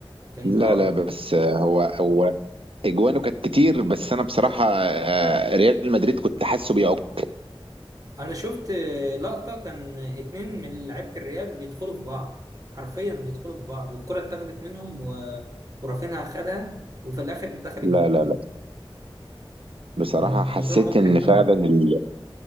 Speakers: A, on the right; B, on the right.
A: كان
B: لا
A: اه
B: لا بس آه، هو هو اجوانه كانت كتير بس انا بصراحه آه، ريال مدريد كنت حاسه بيعك
A: انا شفت آه، لقطة كان اتنين من لعيبة الريال بيدخلوا في بعض حرفيا بيدخلوا في بعض والكرة اتاخدت منهم و... ورافينها خدها وفي الاخر دخل الجون
B: لا لا لا بصراحه
A: الموضوع
B: حسيت
A: مضحك
B: ان فعلا
A: قوي
B: ال...